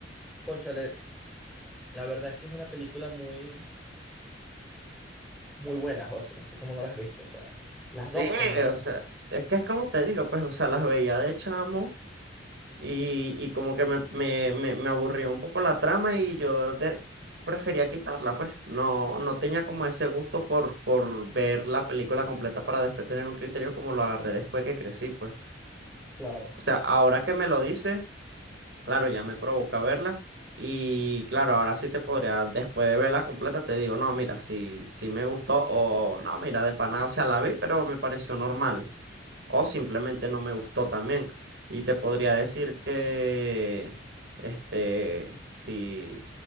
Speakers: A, in the centre; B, on the right.
A: Cónchale, la verdad es que es una película muy, muy buena, José. No sé cómo no la has visto, o sea, las
B: Sí,
A: dos son buenas,
B: o sea, es que es como te digo, pues, o sea, las veía de chamo. Y, y como que me, me, me, me aburrió un poco la trama y yo de- prefería quitarla, pues. No, no tenía como ese gusto por, por ver la película completa para después tener un criterio como lo agarré después que crecí, pues.
A: claro.
B: O sea, ahora que me lo dice, claro, ya me provoca verla. Y claro, ahora sí te podría, después de verla completa, te digo, no, mira, si, si me gustó o no, mira, de pana, o sea, la vi, pero me pareció normal o simplemente no me gustó también. Y te podría decir que, este, si,